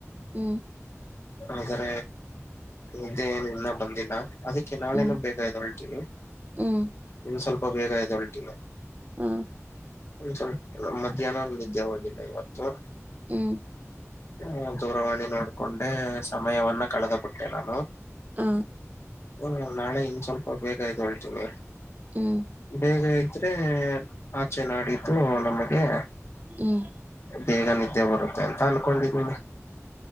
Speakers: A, on the right; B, on the left.
A: ಹ್ಮ್
B: ಆದ್ರ ಇದ್ದೆ ಏನ್ ಇನ್ನ ಬಂದಿಲ್ಲ ಅದಕ್ಕೆ ನಾಳೇನು
A: ಹ್ಮ್
B: ಬೇಗ ಅ ಹೊಳ್ತೀನಿ
A: ಹ್ಮ್
B: ಸ್ವಲ್ಪ ಬೇಗ ಆಯದೆ ಹೊಲ್ಟಗ
A: ಹಾ
B: ಸ್ವಲ್ಪ ಮಧ್ಯಾಹ್ನ ನಿದ್ದೆ ಹೋಗಿಲ್ಲ ಇವತ್ತು
A: ಹ್ಮ್
B: ಹ ದೂರವಾಣಿ ನೋಡ್ಕೊಂಡೆ ಸಮಯವನ್ನ ಕಳೆದ ಬಿಟ್ಟೆ ನಾನು
A: ಹ
B: ಹ್ಮ ನಾಳೆ ಇನ್ ಸ್ವಲ್ಪ ಬೇಕಾಯ್ತು ಹೊಳ್ತ ನೀ
A: ಹ್ಮ್
B: ಹೇಗ ಇದ್ರೆ ಆಚೆ ನಡಿದ್ದು ನಮಗೆ
A: ಹ್ಮ್
B: ಬೇಗ ನಿದ್ದೆ ಬರುತ್ತೆ ಅಂತ ಅನ್ಕೊಂಡಿದನಿ